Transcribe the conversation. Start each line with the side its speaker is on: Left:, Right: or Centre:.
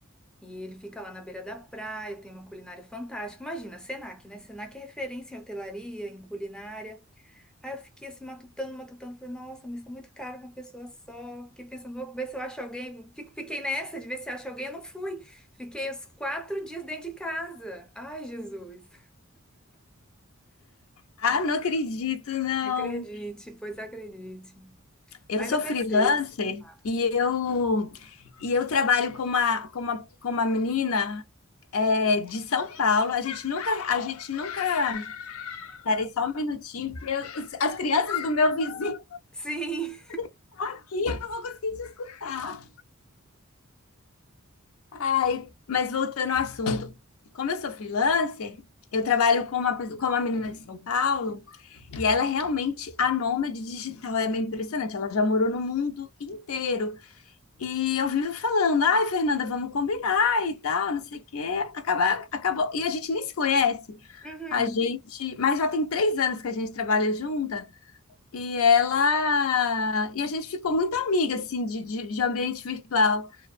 Centre: E ele fica lá na beira da praia, tem uma culinária fantástica. Imagina, Senac, né? Senac é referência em hotelaria, em culinária. Aí eu fiquei assim, matutando, matutando. Falei, nossa, mas tá muito caro pra uma pessoa só. Fiquei pensando, vou ver se eu acho alguém. Fico- Fiquei nessa de ver se acho alguém. Eu não fui. Fiquei os quatro dias dentro de casa. Ai, Jesus.
Left: Ah, não acredito, não.
Centre: Acredite, pois acredite.
Left: Eu
Centre: Mas
Left: sou
Centre: eu
Left: freelancer
Centre: pensei. não dá.
Left: e eu e eu trabalho com uma, com uma, com uma menina é, de São Paulo. A gente nunca, a gente nunca. Parei só um minutinho, porque eu- as crianças do meu vizinho
Centre: Sim.
Left: estão aqui, eu não vou conseguir te escutar. Ai, mas voltando ao assunto, como eu sou freelancer, eu trabalho com uma, pessoa- com uma menina de São Paulo. E ela é realmente a nômade digital, é bem impressionante. Ela já morou no mundo inteiro. E eu vivo falando, ai, Fernanda, vamos combinar e tal, não sei o quê. Acaba, acabou. E a gente nem se conhece.
Centre: Uhum.
Left: A gente, mas já tem três anos que a gente trabalha junta e ela e a gente ficou muito amiga assim de, de, de ambiente virtual.